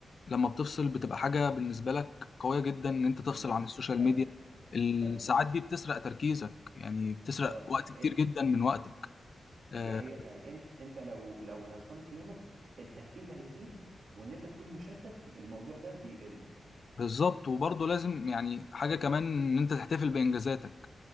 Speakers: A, on the left; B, on the right.
A: لما بتفصل بتبقى حاجة بالنسبة لك قوية جدا ان انت تفصل
B: مم.
A: عن السوشيال
B: ايوه
A: ميديا الساعات
B: ما بالظبط
A: دي بتسرق تركيزك يعني بتسرق
B: اه
A: وقت كتير جدا من وقتك آه
B: دي حقيقة فعلا انت انت لو لو نظمت يومك التركيز هيزيد وان انت تكون مشتت الموضوع ده بيقل
A: بالظبط وبرضه لازم يعني حاجة كمان ان انت تحتفل بإنجازاتك